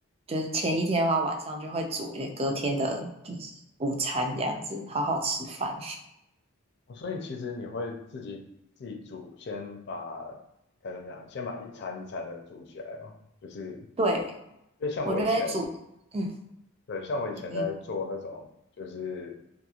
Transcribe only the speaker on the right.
就是前一天的话，晚上就会煮也隔天的就是午餐这样子，好好吃饭。
对，
我觉得煮，嗯，
你，